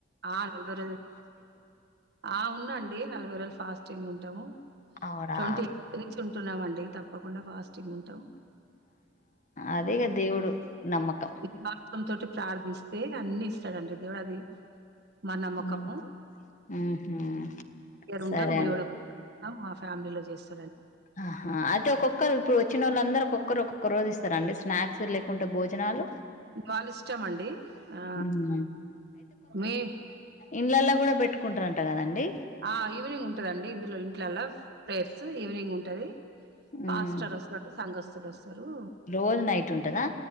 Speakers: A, on the right; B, on the left.
A: ఆ నలభై రజలు ఆ ఉందండి నలభై రేజులు ఫాస్టింగ్ ఉంటు త్త
B: అవునా?
A: ట్వంటీ ఫ నుంచి ఉంటున్నామ అండి తప్పకుండా ఫాస్ట్ ఉంటావు
B: అదే క దేవుడు నమ్మకం.
A: విద్వాసం తోటి ప్రార్థిస్తే అన్ని ఇస్తాడండి దేవుడా అది మా నమ్మకంరు
B: హ్మ్. హుహు.
A: ఉంటాం
B: సరే
A: దేవుడు
B: అండి.
A: ఫ్యామిలీలో చేస్త
B: ఆహా అయితే ఒక్కొక్కరు ఇప్పుడు వచ్చిన వాళ్ళ అందరూ ఒక్కొక్క ఒక్కరుొక్క రోజు ఇస్తారండి స్నాక్స్ లేకుంటే భోజనాలు
A: వాళ్ళ ఇష్టమ అండి ఆ
B: హ్మ్.
A: మీ
B: ఇండ్లల్లో కూడా పెట్టుకుంటుారంట కదండి
A: ఆ ఈవినింగ్ ఉంటుదండి ఇందులో ఇంట్లోలా ఫేర్స్ ఈవినింగ్ ఉంటు అంటది
B: హ్మ్.
A: ఫస్టర్న్రు సస్త సస్ రు
B: రోజు నైట్ ఉంటదా?